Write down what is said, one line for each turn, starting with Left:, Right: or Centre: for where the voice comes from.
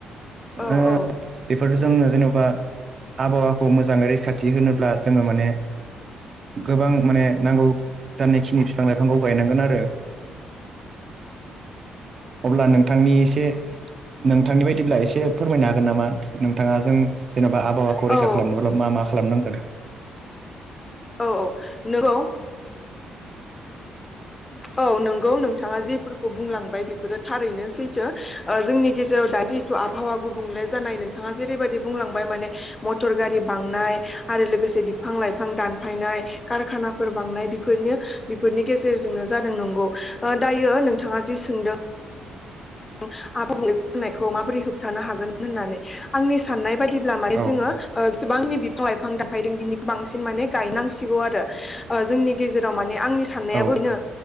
Left: औ
Right: ओ बेफोर जोङो जेनबा आबहावाखौ मोजाङै रैखाथि होनोब्ला जोङो माने गोबां माने नांगौ जानायखिनि फिफां लाइफांखौ गायनांगोन आरो। अब्ला नोंथांनि एसे नोंथांनि बायदिब्ला एसे फोरमायनो हागोन नामा नोंथाङा जों जेनेबा आब हावाखौ
Left: औ
Right: रैखा
Left: औ
Right: खालामनोब्ला मा मा खालामनांगोन?
Left: औ औ नंगौ
Right: <inaudible>
Left: औ नंगौ नोंथाङा जेफोरखौ बुंलांबाय बेफोरो थारैनो सैथो। जोंनि गेजेराव दा जि आबहावा गुबुंले जानाय नोंथाङा जेरैबायदि बुंलांबाय माने मटर गारि बांनाय आरो लोगोसे बिफां लाइफां दान फायनाय कारखानाफोर बांनाय बेफोरनो बेफोरनि गेजेरजोंनो जादों नंगौ दायो नोंथाङा जि सोंदों आबहावा गुबुंले जानायखौ माबोरै होबथानो हागोन होननानै, आंनि साननाय बायदिब्ला
Right: औ
Left: माने जोङो जेसेबांनि बिफां लाइफां दानफायदों बिनिखौ बांसिन माने गायनांसिगौ आरो जोंनि गेजेराव माने आंनि साननायाबो
Right: औ
Left: बेनो